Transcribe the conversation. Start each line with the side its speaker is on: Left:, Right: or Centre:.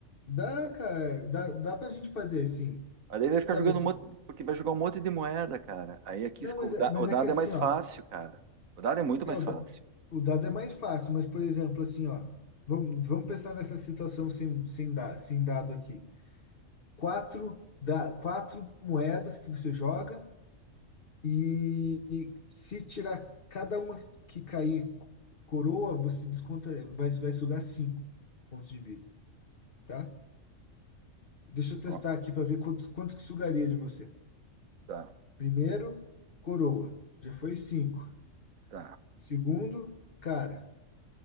Left: Dá,
Right: Eu-
Left: cara, dá, dá pra gente fazer assim.
Right: Aí daí vai ficar
Left: Sabe
Right: jogando
Left: assim?
Right: um monte, porque vai jogar um monte de moeda, cara. Aí aqui
Left: Não,
Right: esco-
Left: mas
Right: o
Left: é,
Right: da-
Left: mas
Right: o dado
Left: é que assim,
Right: é mais
Left: ó.
Right: fácil, cara. O dado é muito
Left: É,
Right: mais
Left: o, da-
Right: fácil.
Left: o dado é mais fácil, mas, por exemplo, assim, ó, vamos, vamos pensar nessa situação sem, sem, da- sem dado aqui. Quatro, da, quatro moedas que você joga e, e se tirar cada uma que cair coroa, você desconta, vai, vai sugar cinco pontos de vida, tá? Deixa eu testar
Right: Ó,
Left: aqui para ver quanto, quanto que sugaria de você.
Right: tá,
Left: Primeiro, coroa, já foi cinco.
Right: tá.
Left: Segundo, cara.